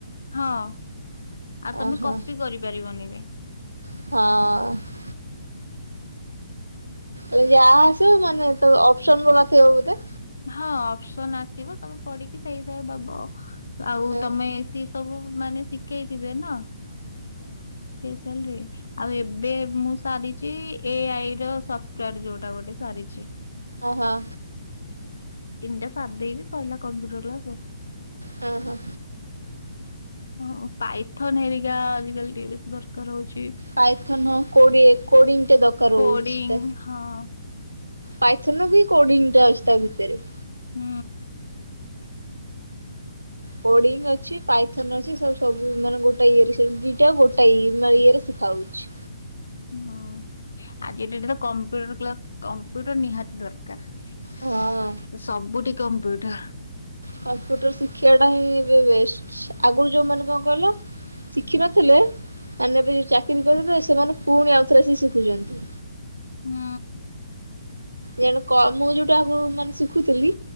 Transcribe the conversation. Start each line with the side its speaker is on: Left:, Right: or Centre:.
Left: ହଁ ଆଉ ତମେ
Right: ଓହୋ
Left: କପି କରିପାରିବନିବି।
Right: ହଁ। ଉଁ ଯାହା ଆସିବ ମାନେ ତ ଅପ୍ସନ ବାଲା ଥିବ ବୋଧେ।
Left: ହଁ ଅପ୍ସନ ଆସିବ ତମେ ପଢିକି ସେଇ ହିସାବରେ ଦବ। ଆଉ
Right: ହଁ
Left: ତମେ ସିଏ ସବୁ ମାନେ ଶିଖେଇଥିବେ ନା। ସ୍ପେଶାଲରେ। ଆଉ ଏବେ ମୁଁ ସାରିଛି ଏଆଇ ର ସଫ୍ଟାର ଯୋଉଟା ଗୋଟେ ସାରିଛି।
Right: ଓ ହାଁ।
Left: ତିନିଟା ସାରି ଦେଇଛି ସରିଲା କମ୍ପୁଟର
Right: ହଁ ହଁ।
Left: ହଁ ପାଇଥନ ହେରିକା ଆଜିକାଲି ଟିକେ ବେଶୀ ଦରକାର ହଉଛି।
Right: ପାଇଥାନ କୋଡି କୋଡିଙ୍ଗ ତେ ଦରକାର
Left: କୋଡିଂ
Right: ହଉଛି। ଦ
Left: ହଁ।
Right: ପାଇଥନ ବି କୋଡିଂ ଟା ଅଛି ତା ଭିତରେ।
Left: ହୁଁ।
Right: କୋଡିଙ୍ଗ ଅଛି ପାଇଥନ ଅଛି ସବୁ ସବୁ ମାନେ ଗୋଟେ ଇଏରେ ଦିଟା ଗୋଟା ଇ ଇଏ ରେ ଶିଖା ହଉଛି।
Left: ହୁଁ ଆଜି ଡେଟ ତ କମ୍ପ୍ୟୁଟର କ୍ଲାସ କମ୍ପ୍ୟୁଟର ନିହାତି ଦରକାର।
Right: ହଁ
Left: ସବୁଠି କମ୍ପ୍ୟୁଟର।
Right: କମ୍ପ୍ୟୁଟର ଶିଖିବା ଟା ହିଁ ଏବେ ବେଷ୍ଟ ଆଗରୁ ଯୋଉ ମାନେ କଣ କହିଲ ଶିଖିିନଥିଲେ ମାନେ ଏବେ ଚାକିରି କରୁଥିଲେ ସେମାନେ ପୁଣି ଆଉଥରେ ଆସି ଶିଖୁଛନ୍ତି।
Left: ହୁଁ।
Right: ଯେଣେ କ ମୁଁ ଯୋଉଟା ଆଗରୁ ମାନେ ଶିଖୁଥିଲି।